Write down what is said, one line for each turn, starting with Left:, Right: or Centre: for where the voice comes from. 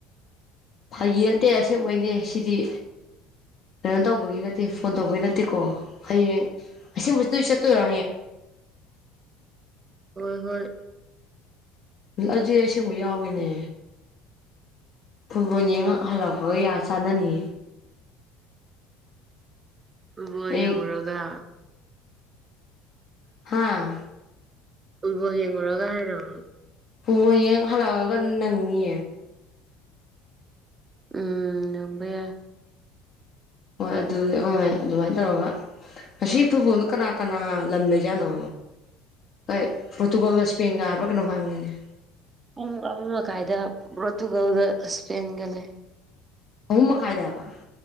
Left: ꯐꯒꯤ ꯅꯠꯇꯦ ꯑꯁꯦꯡꯕꯩꯅꯦ ꯁꯤꯗꯤ ꯀꯩꯅꯣ ꯇꯧꯕꯒꯤ ꯅꯠꯇꯦ ꯐꯣꯟ ꯇꯧꯕꯒꯤ ꯅꯠꯇꯦꯀꯣ ꯍꯌꯦꯡ ꯑꯁꯤꯁꯦ ꯃꯁꯔꯤ ꯆꯠꯠꯇꯔꯦ
Right: ꯍꯣꯏ ꯍꯣꯏ
Left: ꯑꯗꯨꯗꯤ ꯑꯁꯦꯡꯕꯩ ꯌꯥꯎꯒꯦꯅꯦ ꯐꯨꯠꯕꯣꯜ ꯌꯦꯅ ꯍꯜꯂꯥꯎꯄꯒ ꯌꯥ ꯆꯥꯟꯅꯅꯤ
Right: ꯐꯨꯠꯕꯣ
Left: ꯑꯩ
Right: ꯌꯦꯡꯂꯡꯨꯔꯒ
Left: ꯍꯥꯥ
Right: ꯐꯨꯠꯕꯣꯜ ꯌꯦꯡꯉꯨꯔꯒꯔ
Left: ꯄꯨꯕꯣꯅ ꯍꯥꯜꯑꯒ ꯅꯪꯅꯤ
Right: ꯎꯝ ꯅꯪꯕ ꯌꯥꯏ
Left: ꯍꯣꯏ ꯑꯗꯨꯗꯤ ꯍ ꯑꯗꯨꯃꯥꯏꯅ ꯇꯧꯔꯒ ꯉꯁꯤ ꯐꯨꯠꯕꫭꯜꯗꯣ ꯀꯅꯥ ꯀꯅꯥ ꯂꯝ ꯂꯩꯖꯥꯠꯅꯣ ꯀꯩ ꯄꯣꯔꯇꯨꯒꯜꯒ ꯁ꯭ꯄꯦꯟꯒ ꯍꯥꯏꯕ꯭ꯔꯥ ꯀꯩꯅꯣꯝ ꯍꯥꯏꯕꯅꯤꯅꯦ
Right: ꯄꯨꯡ ꯑꯃ ꯃꯈꯥꯏꯗ ꯄꯣꯔꯇꯨꯒꯜꯗ ꯏꯁꯄꯦꯟꯒ ꯂꯩ
Left: ꯑꯍꯨꯝꯃꯈꯥꯏ ꯗꯍꯥꯏꯕ